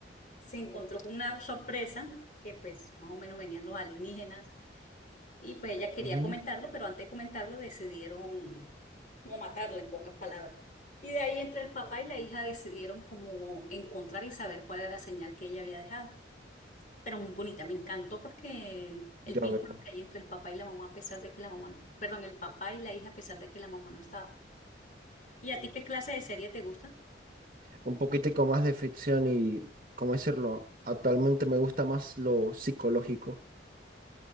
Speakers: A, on the left; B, on the right.
A: se encontró con una sorpresa que pues más o menos venían los alienígenas y pues ella quería
B: Ujú,
A: comentarlo, pero antes de comentarlo decidieron como matarla en pocas palabras. Y de ahí entre el papá y la hija decidieron como encontrar y saber cuál era la señal que ella había dejado. pero muy bonita. Me encantó porque el
B: Ya
A: vínculo
B: veo.
A: que hay entre el papá y la mamá, a pesar de que la mamá, no- perdón, el papá y la hija, a pesar de que la mamá no estaba. ¿Y a ti qué clase de serie te gusta?
B: un poquitico más de ficción y, ¿cómo decirlo? Actualmente me gusta más lo psicológico.